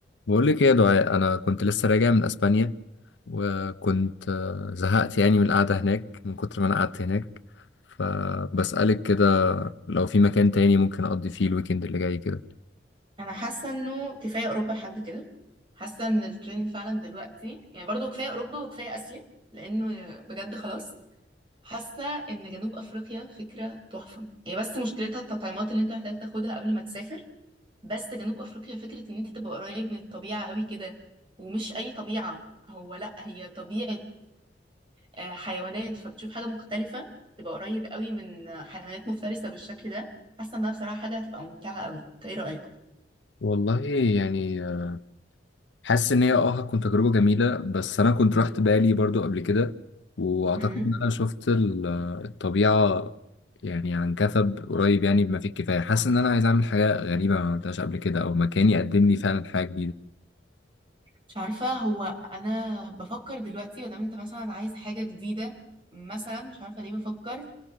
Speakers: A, on the left; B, on the right.
A: بقول لك ايه يا دعاء انا كنت لسه راجع من اسبانيا وكنت آه، زهقت يعني من القعده هناك من كتر ما انا قعدت هناك فبسألك كده لو في مكان تاني ممكن اقضي فيه الويكند اللي جاي كده
B: انا حاسه انه كفايه اوروبا لحد كده حاسه ان الترند فعلا دلوقتي يعني برضو كفايه اوروبا وكفايه اسيا لانه بجد خلاص حاسه ان جنوب افريقيا فكره تحفه هي بس مشكلتها التطعيمات اللي انت محتاج تاخدها قبل ما تسافر بس جنوب افريقيا فكره ان انت تبقى قريب من الطبيعه قوي كده ومش اي طبيعه هو لا هي طبيعه آه، حيوانات فبتشوف حاجه مختلفه تبقى قريب قوي من حيوانات مفترسه بالشكل ده حاسه انها بصراحه حاجه هتبقى ممتعه قوي إنت ايه
A: والله يعني آه، حاسس ان هي اه هتكون تجربه جميله بس انا كنت رحت بالي برضو قبل كده واعتقد
B: رايك
A: ان انا شفت ال- آه، الطبيعه يعني عن كثب قريب يعني بما فيه الكفايه حاسس ان انا عايز اعمل حاجه غريبه ما عملتهاش قبل كده او مكان يقدم لي فعلا حاجه
B: مش عارفة هو أنا بفكر دلوقتي مادام أنت مثلا عايز حاجة جديدة مثلا مش عارفة ليه بفكر